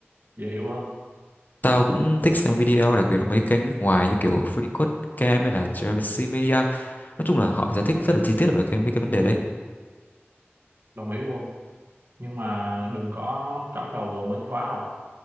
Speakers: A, on the right; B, on the left.
A: dễ hiểu hơn
B: Tao cũng thích xem video, đặc biệt là mấy kênh nước ngoài như kiểu Free Code Camp hay là Travis Media. Nói chung là họ giải thích rất là chi tiết về cái mấy cái vấn đề đấy.
A: đồng ý luôn nhưng mà đừng có cắm đầu vào mấy cái khóa học